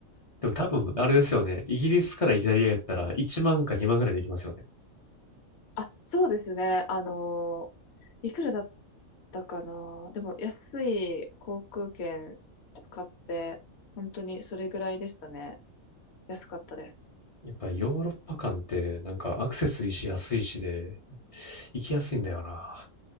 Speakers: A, on the left; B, on the left.
A: でも多分、あれですよね。イギリスからイタリアやったら1万か2万ぐらいで行きますよね。
B: あ、そうですね。あのー、いくらだったかな。でも、安い航空券使って、本当にそれぐらいでしたね。安かったです。
A: やっぱりヨーロッパ間ってなんかアクセスいいし安いしで行きやすいんだよな。